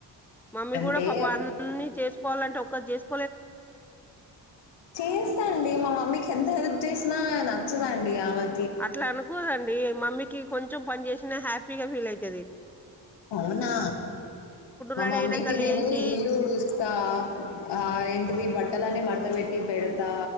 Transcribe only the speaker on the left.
అంటే
చేస్తా అండి మా మమ్మీ ఎంత హెల్ప్ చేసినా నచ్చదండి అమె
అవునా మా
మమ్మీకి
నేను ఇల్లూడుస్తా ఆ ఏంటిది బట్ట ట్టలని మడతబెట్టి పెడతా